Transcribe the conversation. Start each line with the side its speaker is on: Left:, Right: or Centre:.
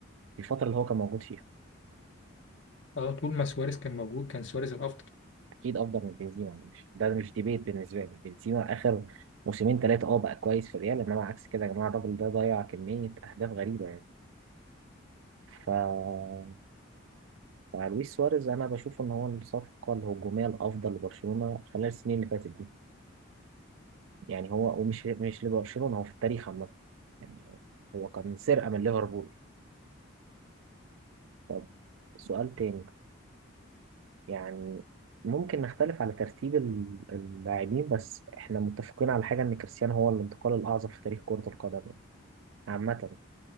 Right: في الفترة اللي هو كان موجود فيها
Left: أه طول ما سواريز كان موجود كان سواريز الأفضل
Right: اكيد افضل من بنزيما مش ده مش ديبيت بالنسبة لي بنزيما اخر موسمين ثلاثة اه بقى كويس في الريال انما عكس كده يا جماعة الراجل ده ضيع كمية اهداف غريبة يعني ف مع لويس سواريز انا بشوف ان هو الصفقه الهجوميه الافضل لبرشلونه خلال السنين اللي فاتت دي يعني هو ومش مش لبرشلونه هو في التاريخ عامه يعني هو كان سرقه من ليفربول طب سؤال تاني يعني ممكن نختلف على ترتيب ال- اللاعبين بس احنا متفقين على حاجه ان كريستيانو هو الانتقال الاعظم في تاريخ كره القدم يعني عامه